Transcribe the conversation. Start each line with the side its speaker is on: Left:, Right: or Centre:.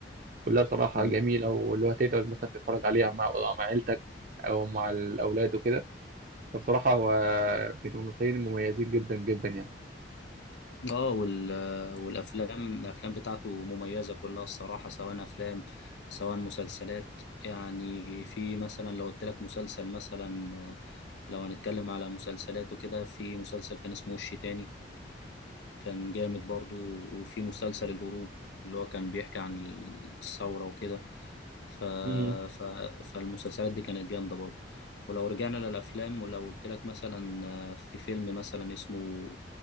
Right: كلها بصراحة
Left: مم.
Right: جميلة واللي هو تقدر مثلا تتفرج عليها مع مع عيلتك أو مع الأولاد وكده فبصراحة هو من الممثلين المميزين جدا جدا يعني
Left: اه وال... والافلام الافلام بتاعته مميزة كلها الصراحة سواء افلام سواء مسلسلات يعني في مثلا لو قلت لك مسلسل مثلا آه، لو هنتكلم على مسلسلات وكده في مسلسل كان اسمه وش تاني كان جامد برضو وفي مسلسل الهروب اللي هو كان بيحكي عن الثورة وكده ف...
Right: امم
Left: ف... فالمسلسلات دي كانت جامدة برضو ولو رجعنا للأفلام ولو قلت لك مثلا آه، في فيلم مثلا اسمه